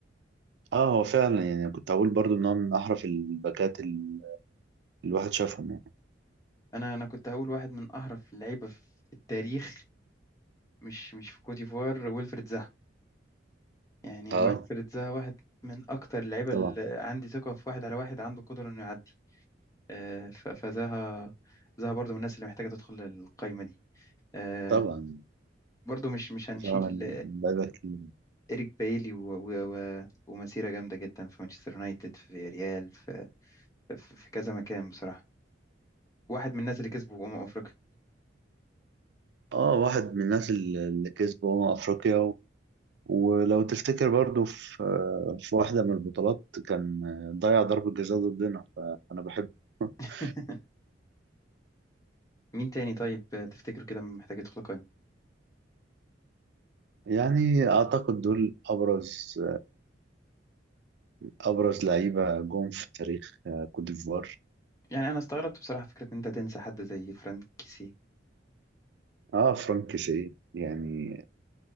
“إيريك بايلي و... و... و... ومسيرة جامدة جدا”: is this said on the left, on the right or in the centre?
Left